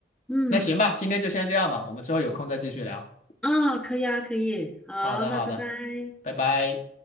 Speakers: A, in the centre; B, on the left.
A: 嗯，
B: 那行吧，今天就先这样吧，我们之后有空再继续聊，
A: 啊，可以啊，可以，好，
B: 好的好的，
A: 那拜拜。
B: 拜拜。